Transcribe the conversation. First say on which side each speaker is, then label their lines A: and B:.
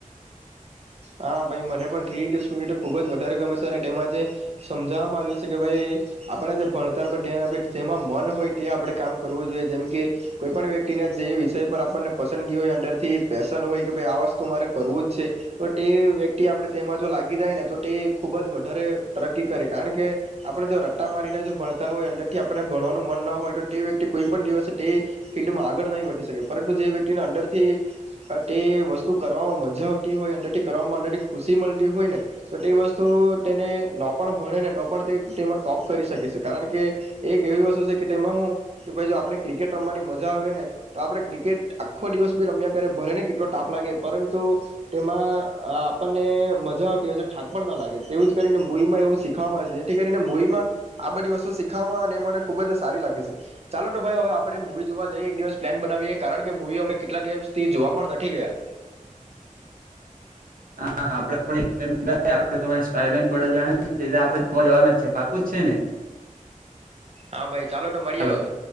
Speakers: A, on the right (about 50°); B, on the right (about 90°).
A: હા ભાઈ મને પણ થ્રી ઇડીયટસ મુવી તો ખુબ જ વધારે ગમે છે અને તેમાં જે સમજાવવામાં આવ્યું છે કે ભાઈ આપણે જે ભણતર પર ધ્યાન આપી જેમાં મન હોય તે આપણે કામ કરવું જોઈએ, જેમ કે કોઈ પણ વ્યક્તિને જે વિષય પર આપણને પસંદગી હોય અંદરથી પેશન હોય કે ભાઈ આ વસ્તુ મારે કરવું જ છે. તો તે વ્યક્તિ આપણે તેમાં જો લાગી જાય ને તો તે ખૂબ જ વધારે તરક્કી કરે. કારણ કે આપણે જો રટ્ટા મારીને જો ભણતા હોય અંદરથી આપણને ભણવાનું મન ન હોય તો તે વ્યક્તિ કોઈ પણ દિવસ તે ફિલ્ડમાં આગળ નહીં વધી શકે. પરંતુ જે વ્યક્તિને અંદરથી તે વસ્તુ કરવામાં મજા આવતી હોય અંદર. કર ઓલરેડી ખુશી મળતી હોય ને તો તે વસ્તુ તેને ન પણ ભણે ને તો પણ તે તેમાં ટોપ કરી શકે છે. કારણ કે એક એવી વસ્તુ છે કે તેમાં હું કે ભાઈ જો આપણે ક્રિકેટ રમવાની મજા આવે ને તો આપણે ક્રિકેટ આખો દિવસ બી રમ્યા કર ભલે ને કેટલો તાપ લાગે પરંતુ તેમાં. આપણને મજા આવતી હોય છે, થાક પણ ના લાગે. તેવું જ કરીને મુવીમાં એવું શીખવામાં આવે છે જેથી કરીને મુવીમાં આ બધી વસ્તુ શીખવામાં અને મને ખુબ જ સારી લાગી છે. ચાલો તો ભાઈ હવે આપણે મુવી જોવા જઈએ. એક દિવસ પ્લાન બનાવીએ કારણ કે મુવી અમે કેટલા દિવસથી જોવા પણ નથી ગયા.
B: હા આપણે <unintelligible> આપણે જોવા જવાના જ છે પાકું જ છે ને.
A: હા, ભાઈ ચાલો તો મળીએ
B: હાલો.
A: હવે.